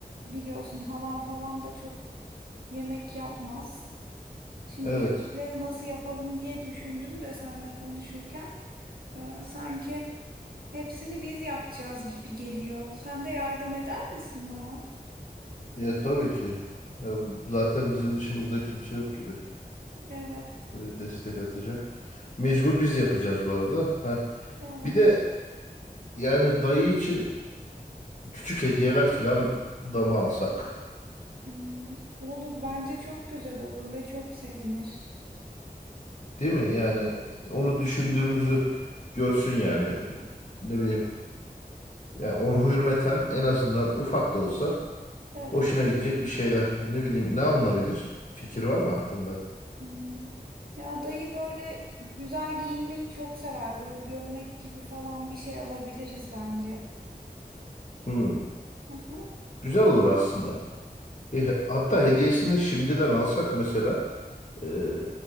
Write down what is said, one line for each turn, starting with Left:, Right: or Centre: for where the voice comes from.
Right: biliyorsun halam falan da çok yemek yapmaz. Şimdi
Left: Evet.
Right: yemekleri nasıl yapalım diye düşündüm de seninle konuşurken e, sanki hepsini biz yapacağız gibi geliyor. Sen de yardım eder misin bana?
Left: Ya tabii ki. Ya bu, zaten bizim dışımızda kimse yok gibi.
Right: Evet,
Left: Böyle destek atacak. Mecbur biz yapacağız bu arada. Heh.
Right: evet.
Left: Bir de yani dayı için küçük hediyeler falan da mı alsak?
Right: Hmm, olur, bence çok güzel olur ve çok sevinir.
Left: Değil mi? Yani onu düşündüğümüzü görsün yani. Ne bileyim. Ya ona hürmeten en azından ufak da olsa
Right: Evet.
Left: hoşuna gidecek bir şeyler. Ne bileyim ne alınabilir? Fikir var mı aklında?
Right: Hmm. Ya dayı böyle güzel giyinmeyi çok sever. Böyle gömlek gibi falan bir şey alabiliriz bence.
Left: Hmm.
Right: Aha,
Left: Güzel olur aslında. E, hatta hediyesini şimdiden alsak mesela e,